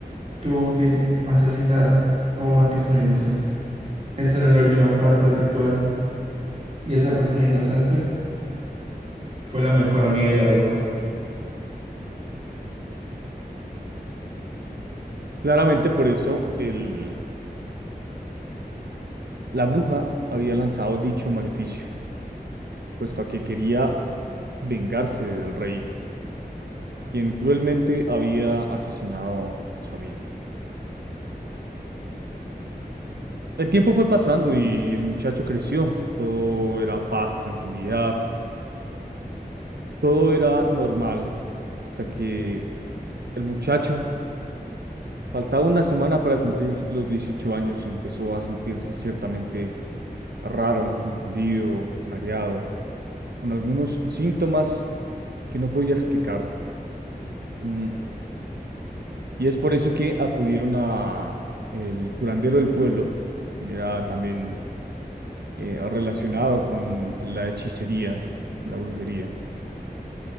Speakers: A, on the right; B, on the right.
A: tuvo que asesinar a una persona inocente. Esa era la última parte del ritual y esa persona inocente fue la mejor amiga de la bruja.
B: Claramente por eso el, la bruja había lanzado dicho maleficio puesto a que quería vengarse del rey, quien cruelmente había asesinado a su amigo. El tiempo fue pasando y el muchacho creció. Todo era paz, tranquilidad, todo era normal, hasta que el muchacho, faltaba una semana para cumplir los 18 años, empezó a sentirse ciertamente raro, confundido, mareado, con algunos síntomas que no podía explicar. Mm, Y es por eso que acudieron a el curandero del pueblo, quien era también eh, relacionado con la hechicería, la brujería.